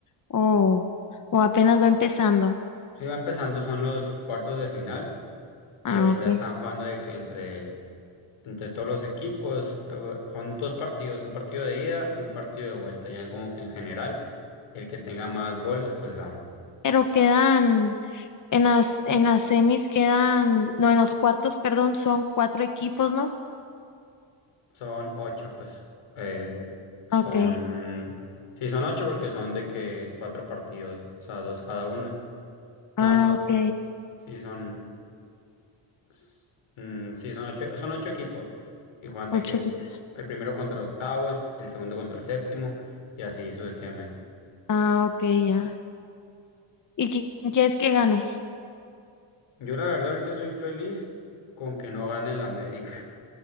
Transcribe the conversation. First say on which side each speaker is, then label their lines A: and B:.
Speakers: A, on the left (about 40°); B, on the left (about 85°).
A: o, o apenas va empezando?
B: Sí, va empezando, son los cuartos de final y
A: Ah,
B: ahorita
A: ok.
B: están jugando de que entre entre todos los equipos. eh, Son dos partidos, un partido de ida y un partido de vuelta. Ya en como que en general, el que tenga más goles, pues gana.
A: Pero quedan, en las, en las semis quedan, no, en los cuartos, perdón, son cuatro equipos, ¿no?
B: Son ocho, pues. eh, son.
A: Ah, Ok.
B: Sí, son ocho porque son de que cuatro partidos, o sea, dos cada uno. No,
A: Ah,
B: son,
A: ok.
B: sí, son. s- mm, sí, son ocho, son ocho equipos. Y juegan
A: Ocho
B: de que
A: equipos.
B: el primero contra el octavo, el, el segundo contra el séptimo, y así sucesivamente.
A: Ah, ok, ya. ¿Y qui- quién quieres que gane?
B: Yo la verdad ahorita estoy feliz con que no gane el América.